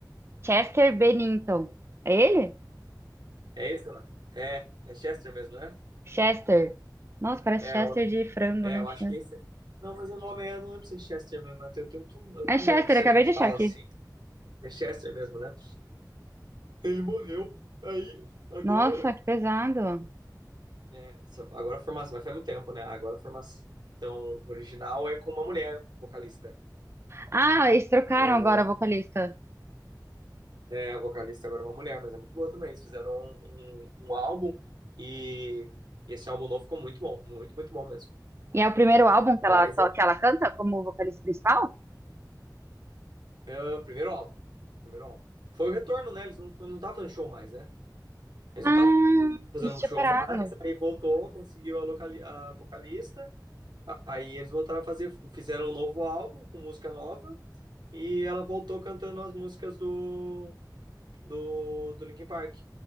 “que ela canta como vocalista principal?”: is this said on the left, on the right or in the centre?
Right